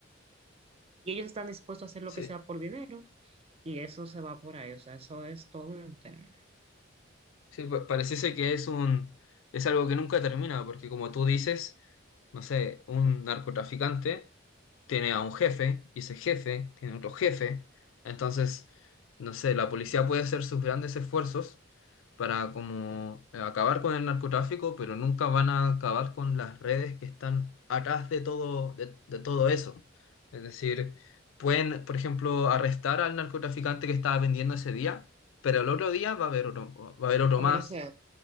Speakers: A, on the right; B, on the left.
A: Y ellos están dispuestos a hacer lo
B: Sí.
A: que sea por dinero, y eso se va por ahí, o sea, eso es todo un tema.
B: Sí, pa- pareciese que es un, es algo que nunca termina, porque como tú dices, no sé, un narcotraficante tiene a un jefe, y ese jefe tiene otro jefe. Entonces, no sé, la policía puede hacer sus grandes esfuerzos para como eh, acabar con el narcotráfico, pero nunca van a acabar con las redes que están atrás de todo, de, de todo eso. Es decir, pueden, por ejemplo, arrestar al narcotraficante que estaba vendiendo ese día pero el otro día va a haber otro, va a haber otro
A: Aparece
B: más,